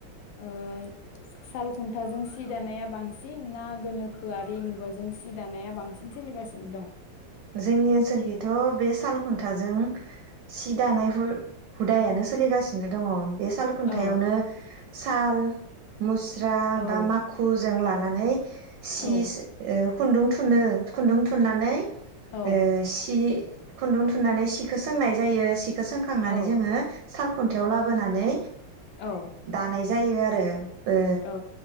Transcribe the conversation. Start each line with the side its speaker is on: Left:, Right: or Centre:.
Left: ओ साल खुन्थाजों सि दानाया बांसिन ना गोनोखोआरि मुगाजों सि दानाया बांसिन सोलिगासिनो दं?
Right: जोंनि ओनसोलखैथ बे साल खुन्थाजों सि दानाय हु-हुदायानो सोलिगासिनो दङ। बे साल खुन्थायावनो
Left: औ
Right: साल मुस रा
Left: औ
Right: बा माखु जों ला नानै सि
Left: औ
Right: सो ओ खुन्दुं थुनो खुन्दुं थुननानै ओ
Left: औ
Right: सि खुन्दुं थुननानै सिखौ सोंनाय जायो सि खौ सोंखांनानै
Left: औ
Right: जोङो साल खुन्थायाव लाबोनानै
Left: औ
Right: दानाय जायो आरो <inaudible> ओ
Left: औ